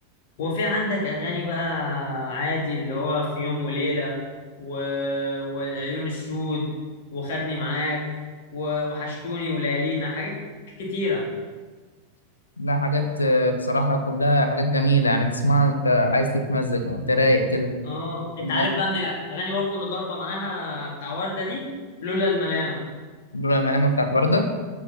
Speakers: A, on the left; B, on the left.
A: وفي عندك أغاني بقى عادي اللي هو في يوم وليلة و... والعيون السود وخدني معاك و... وحشتوني وليالينا حاجات كتيرة
B: لا حاجات آه، بصراحه كلها حاجات جميله يعني تسمعها وانت عايز تتمزج وانت رايق كده
A: اه انت
B: لما-
A: عارف بقى من الأغاني برضو اللي ضاربة معاها بتاع وردة دي لولا الملامة
B: لولا الملامه بتاعت ورده